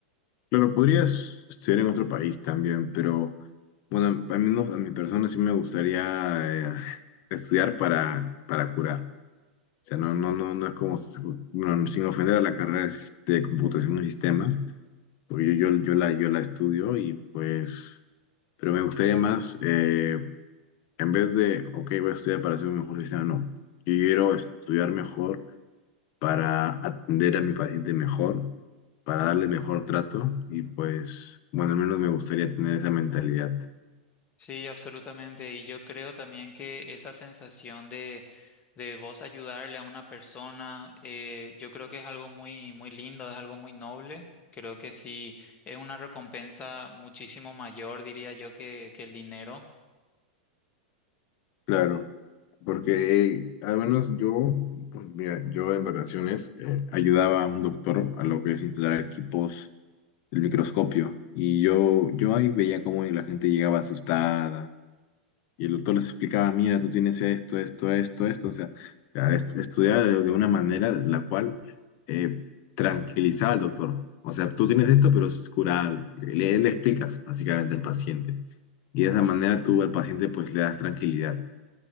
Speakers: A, on the left; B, on the left.
A: Claro, podrías estudiar en otro país también, pero bueno, al menos a mi persona sí me gustaría eh, estudiar para, para curar. O sea, no, no, no, no es como, si- bueno, sin ofender a la carrera de computación y sistemas, porque yo, yo, yo la, yo la estudio y pues, pero me gustaría más eh, En vez de, ok, voy a estudiar para ser un mejor cristiano, no. Quiero estudiar mejor para atender a mi paciente mejor, para darle mejor trato y pues, bueno, al menos me gustaría tener esa mentalidad.
B: Sí, absolutamente. Y yo creo también que esa sensación de, de vos ayudarle a una persona, eh, yo creo que es algo muy, muy lindo, es algo muy noble. Creo que sí, es una recompensa muchísimo mayor, diría yo, que, que el dinero.
A: Claro, porque eh, al menos yo, pues, mira, yo en vacaciones eh, ayudaba a un doctor a lo que es instalar equipos del microscopio y yo, yo ahí veía cómo la gente llegaba asustada Y el doctor les explicaba, mira, tú tienes esto, esto, esto, esto. O sea, ya est- estudiaba de, de una manera de la cual eh, tranquilizaba al doctor. O sea, tú tienes esto, pero es curable. Le, le explicas básicamente al paciente. Y de esa manera tú al paciente pues le das tranquilidad.